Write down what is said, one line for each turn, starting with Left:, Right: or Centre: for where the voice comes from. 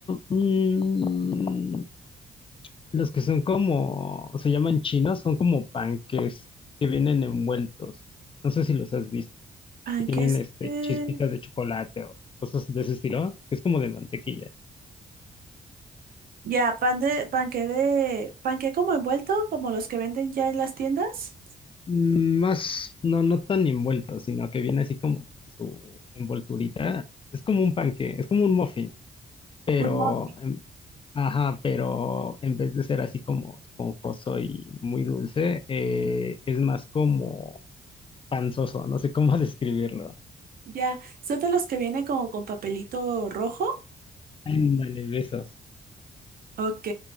Left: mm, Los que son como, se llaman chinos, son como panques que vienen envueltos. No sé si los has visto.
Right: Panques.
Left: Que tienen este
Right: eh,
Left: chispitas de chocolate o cosas de ese estilo. Es como de mantequilla.
Right: Ya, pan de, panque de, panque como envuelto, como los que venden ya en las tiendas.
Left: Mm, Más, no, no tan envueltos, sino que viene así como su envolturita. Es como un panque, es como un muffin, pero,
Right: Un muffin.
Left: em, ajá, pero en vez de ser así como esponjoso y muy dulce, eh, es más como panzoso. No sé cómo <laughs> describirlo.
Right: Ya, ¿son de los que vienen como con papelito rojo?
Left: Ándale, de esos.
Right: Ok,